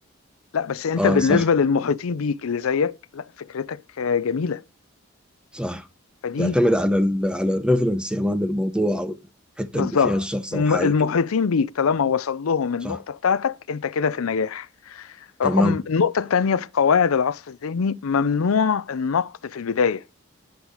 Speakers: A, on the left; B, in the centre.
A: لا بس انت
B: اه
A: بالنسبة
B: صح
A: للمحيطين بيك اللي زيك لا فكرتك آه، جميلة
B: صح
A: فدي
B: تعتمد على ال على الريفرنس يا مان للموضوع او الحته
A: بالظبط
B: اللي فيها الشخص
A: م-
B: او حاجه
A: المحيطين
B: كده
A: بيك طالما وصل لهم النقطة
B: صح
A: بتاعتك انت كده في النجاح رقم
B: تمام
A: النقطة التانية في قواعد العصف الذهني ممنوع النقد في البداية